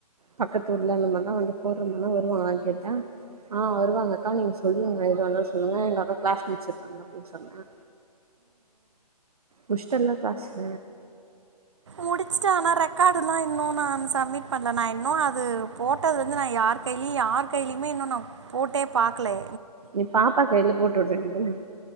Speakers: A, on the right (about 65°); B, on the right (about 45°).
A: பக்கத்து ஊர்ல <unintelligible> வந்து போற் துல்லா வருவாங்களான் கேட்ட ஆ வருவாங்கக்கா நீங்க சொல்லுங் க எதுவாருந்தாலு சொல்லுங்க எங்க அக்கா க்ளாஸ் முடிச்சிருக்காங்க அப்டின் சொன்ன முஷ்டல்ல க்ளாஸு
B: முடிச்சுட்டே ஆனா ரெக்காடுல்லா இன்னு நானு சப்மிட் பண்ல நா இன்னு அது போட்டது வந்து நா யார் கைலியு யார் கைலியுமே இன்னு நா போட்டே பாக்லே
A: நீ பாப்பா கைல போட்டு உட்ற வேண்டியதான